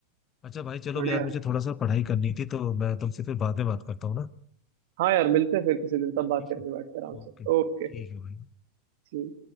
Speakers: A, on the left; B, on the right.
A: अच्छा भाई चलो
B: बढ़िया
A: यार मुझे थोड़ा सा पढ़ाई करनी थी तो मैं तुमसे फिर बाद में बात करता हूँ ना
B: हाँ यार मिलते हैं फिर किसी दिन तब बात
A: ठीक
B: करेंगे
A: है
B: बैठ के आराम
A: ओके
B: से
A: ठीक
B: ओके
A: है भाई
B: जी